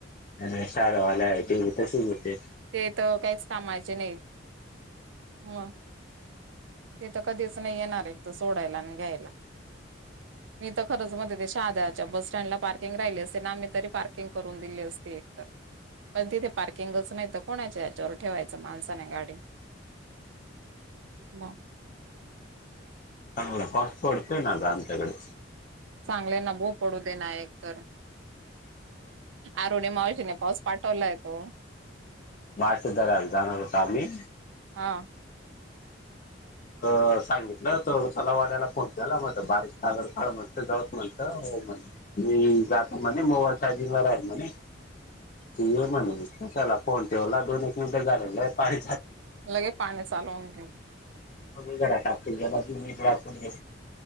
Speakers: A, on the left; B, on the right.
A: आणि शाळे वाल्या आहे टेबी तसच होते.
B: ते तर काहीच कामायचे नाहीत मग ते तर कधीच नाही येणार आहे त सोडायला आणि घ्यायला. <unintelligible> मी तर खरं मणते ते शाध्याच्या बस स्टँडला पार्किंग राहिली असते ना मी तरी पार्किंग करून दिली असते एक तर. पण तिथे पार्किंगच नाही तर कोणाच याच्यावर ठेवायचं माणसाने गाडी. ह.
A: अग पास पते ना कामत कड.
B: चांगले नभो पडू दे ना एक तर आरणी मा नाही पाऊस पाठवलाय तो.
A: मासे धरायला जाणार होतो आम्ही.
B: हा.
A: अ सांगितलं तर त्याला वाल्याला फोन केला मणज बारीक सादर ाड म्हणत जाऊत म्हणत म्हण. <unintelligible> म जातो म्हणे मोबाईल चार्जिंगला राहील म्हणे. ये म्हणेस कशला पोण ठेवला दोन एक मिनिटं झारालं आहे पाणी.
B: लगे पाणी चालवून
A: मग घरा टाक म मातून गे